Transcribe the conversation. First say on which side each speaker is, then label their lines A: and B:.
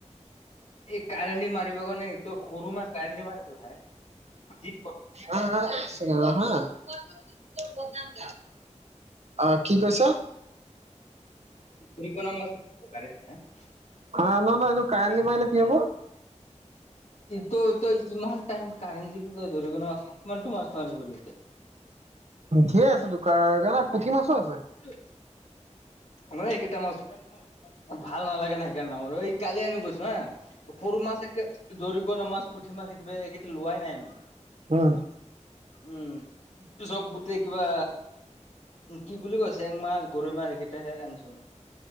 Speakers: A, on the left (about 65°); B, on the right (about 60°).
A: এই কাৰেণ্ট দি মা মাৰিব কাৰণে এইটো সৰু মাছ কাৰেণ্ট দিব নালাগে। যি
B: অক হা <unintelligible> অ' কি কৈছ?
A: সেইকাৰণে মই কৈছোঁ কালি যে <unintelligible>
B: অ' নহয়-নহয় এইটো কাৰেণ্ট দিব আহিলে কি হ'ব?
A: তই-তই ইমান টাইম কাৰেণ্ট দি তই ধৰিব নোৱাৰ, কি মাছ মাৰিবি তই? <unintelligible>
B: ধেৰ আছে তো দেখা নাই পুঠি মাছো আছে।
A: <unintelligible> ঐ, এইকেইটা মাছ ভাল নালাগে না, সেইকাৰণে নামাৰোঁ। ঐ, কালি আমি গৈছোঁ হা। সৰু মাছ, একে দৰিকণা মাছ, পুঠি মাছ, একেবাৰে এইকেইটা লোৱাই নাই আমি।
B: উম।
A: উম, চব গোটেই কিবা কি বুলি কৈছে? চেং মাছ, গৰৈ মাছ সেইকেইটাহে আনিছোঁ।